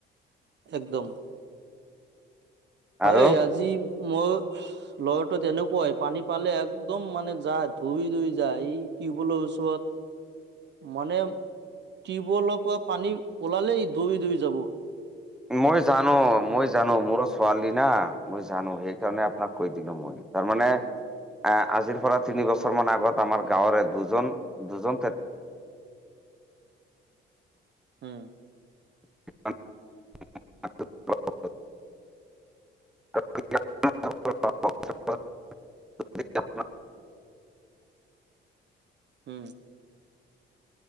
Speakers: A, on the right (about 60°); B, in the centre.
A: একদম। হয়,
B: আৰু
A: আজি মোৰ লগৰটো তেনেকুৱাই পানী পালে একদম মানে যায় দৌৰি, দৌৰি যায় ই টিউবৱেলৰ ওচৰত মানে টিউব ৱেলৰ পৰা পানী ওলালেই দৌৰি, দৌৰি যাব।
B: মই জানোঁ মই জানোঁ মোৰো ছোৱালী না মই জানোঁ সেই কাৰণে আপোনাক কৈ দিলো মই। তাৰমানে
A: উম,
B: আজিৰ পৰা তিনি বছৰ মান আগত আমাৰ গাঁৱৰে দুজন, দুজন
A: উম।
B: <unintelligible> <unintelligible> <unintelligible>
A: উ।